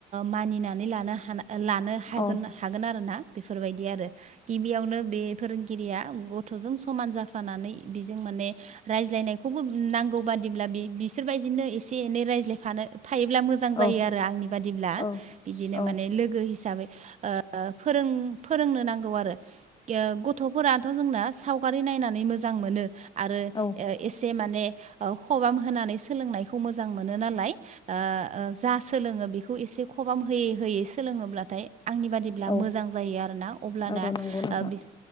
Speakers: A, on the right (about 45°); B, on the left (about 25°).
A: मानिनानै लानो हा लानो हागोन
B: औ
A: हागोन आरो ना। बेफोरबायदि आरो गिबियावनो बे फोरोंगिरिया गथ'जों समान जाफानानै बेजों माने रायज्लायनायखौबो नांगौ बादिब्ला बि बिसोरबायदिनो एसे एनै रायज्लायफानो थायोब्ला मोजां जायो
B: औ
A: आरो आंनि बादिब्ला
B: औ
A: बिदिनो
B: औ
A: माने लोगो हिसाबै फोरों फोरोंनो नांगौ आरो गथ'फोराथ' जोंना सावगारि नायनानै मोजां मोनो आरो
B: औ
A: एसे माने खबाम होनानै सोलोंनायखौ मोजां मोनो नालाय जा सोलोङो बेखौ एसे खबाम होयै होयै सोलोङोब्लाथाय आंनि बादिब्ला
B: औ
A: मोजां जायो आरोना अब्लाना
B: आरो नंगौ नोंथां
A: ओ बिसो